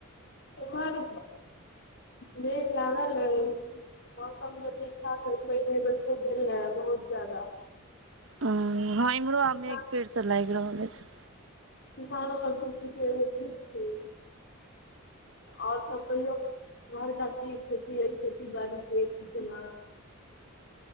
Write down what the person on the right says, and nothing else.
हँ इम्हरो आ
मेघ फेर से लागि रहल अछि